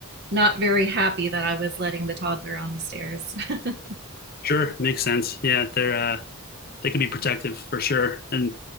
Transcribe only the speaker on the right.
not very happy that I was letting the toddler on the stairs. <laughs>